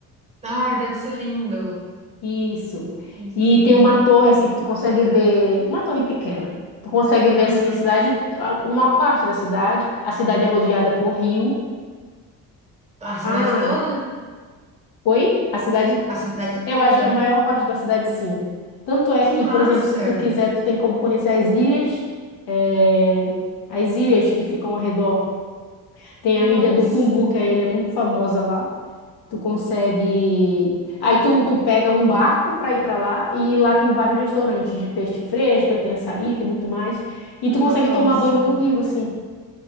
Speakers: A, on the right (about 15°); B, on the left (about 80°).
A: Ah, deve ser lindo.
B: Isso.
A: Deve ser
B: E
A: lindo.
B: tem uma torre, assim, que tu consegue ver. Uma torre pequena. Tu consegue ver,
A: Uhum.
B: assim, a cidade, a- uma parte da cidade. A cidade é rodeada por rio.
A: A
B: Ah,
A: cidade toda?
B: Oi? A cidade,
A: A cidade
B: eu
A: toda.
B: acho que a maior parte da cidade sim. Tanto é
A: Que
B: que, por
A: massa!
B: exemplo, se tu quiser, tu tem como conhecer as ilhas, eh, as ilhas que ficam ao redor. Tem
A: Nossa,
B: a ilha do Cumbu, que é a ilha muito famosa lá. Tu consegue. Aí tu, tu pega um barco para ir para lá e lá tem vários restaurantes de peixe fresco, aí tem açaí, tem muito mais. E
A: nossa,
B: tu consegue tomar banho no rio, assim.